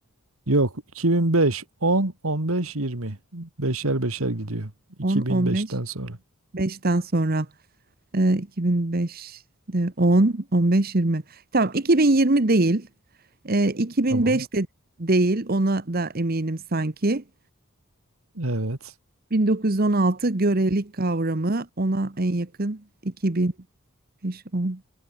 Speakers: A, on the right (about 80°); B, on the right (about 45°).
A: Yok, 2005, 10, 15, 20. Beşer beşer gidiyor. 2005'ten
B: 10, 15,
A: sonra.
B: 5'ten sonra. E, 2005, e, 10, 15, 20. Tamam 2020 değil. E, 2005
A: Tamam.
B: de değil. Ona da eminim sanki.
A: Evet.
B: 1916 görelik kavramı ona en yakın 2005-10